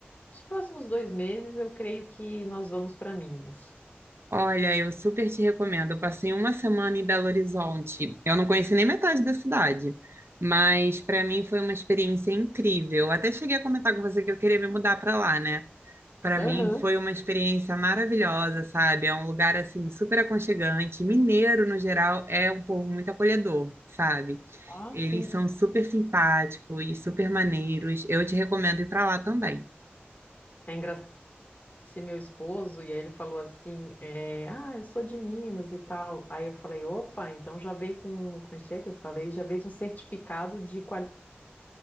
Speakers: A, on the left; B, on the right.
A: os próximos dois meses, eu creio que nós vamos para Minas.
B: Olha, eu super te recomendo. Eu passei uma semana em Belo Horizonte. Eu não conheci nem metade da cidade, mas para mim foi uma experiência incrível. Até cheguei a comentar com você que eu queria me mudar para lá, né? Para
A: Aham.
B: mim foi uma experiência maravilhosa, sabe? É um lugar assim super aconchegante. Mineiro, no geral, é um povo muito acolhedor, sabe?
A: Ah,
B: Eles
A: sim.
B: são super simpáticos e super maneiros. Eu te recomendo ir para lá também.
A: É engraçado esse meu esposo, e aí ele falou assim, é, ah, eu sou de Minas e tal. Aí eu falei, opa, então já veio com, como é que é que eu falei? Já veio com certificado de qualidade.